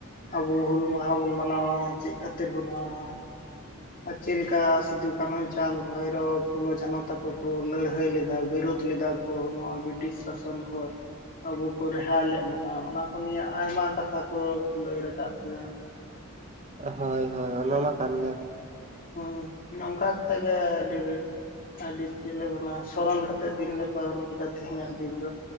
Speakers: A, on the left; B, on the right.
A: ᱟᱵᱚ ᱦᱩᱞ ᱢᱟᱦᱟ ᱵᱩᱱ ᱢᱟᱱᱟᱣᱟ ᱪᱮᱫ ᱠᱷᱟᱹᱛᱤᱨ ᱵᱩᱱ ᱢᱟᱱᱟᱣᱟ ᱟᱨ ᱪᱮᱫ ᱞᱮᱠᱟ ᱥᱤᱫᱩ ᱠᱟᱹᱱᱦᱩ ᱪᱟᱸᱫᱽ ᱵᱷᱳᱭᱨᱳ ᱯᱷᱩᱞᱳ ᱡᱷᱟᱱᱚ ᱛᱟᱠᱚ ᱠᱚ ᱞᱟᱹᱲᱦᱟᱹᱭ ᱞᱮᱫᱟ ᱵᱤᱨᱳᱫ ᱞᱮᱫᱟ ᱠᱚ ᱱᱚᱣᱟ ᱵᱨᱤᱴᱤᱥ ᱥᱟᱥᱚᱱ ᱠᱷᱚᱭ ᱟᱵᱚ ᱠᱚ ᱨᱮᱦᱟᱭ ᱞᱮᱜ ᱵᱚᱱᱟ ᱚᱱᱟ ᱠᱚ ᱱᱤᱭᱮ ᱟᱭᱢᱟ ᱠᱟᱛᱷᱟ ᱠᱚ ᱞᱟᱹᱭ ᱨᱟᱠᱟᱵ ᱠᱮᱫᱟ
B: ᱦᱳᱭ ᱦᱳᱭ ᱚᱱᱟ ᱢᱟ ᱠᱟᱱ ᱜᱮᱭᱟ᱾
A: ᱦᱩ ᱱᱚᱝᱠᱟ ᱛᱮᱜᱮ ᱟᱹᱰᱤ <unintelligible> ᱟᱹᱰᱤ ᱪᱮᱫ ᱞᱮ ᱢᱮᱱᱟ ᱥᱚᱨᱚᱱ ᱠᱟᱛᱮᱫ ᱫᱤᱱ ᱞᱮ ᱯᱟᱨᱚᱢ ᱠᱮᱫᱟ ᱛᱮᱦᱮᱧᱟᱜ ᱫᱤᱱ ᱫᱚ